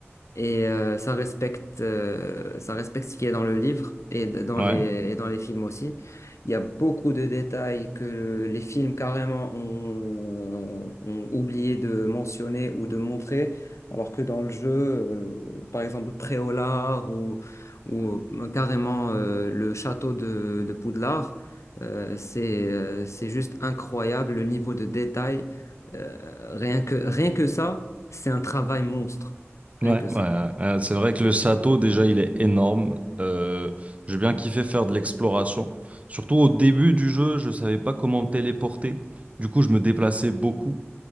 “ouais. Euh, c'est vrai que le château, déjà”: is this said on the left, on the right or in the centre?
Right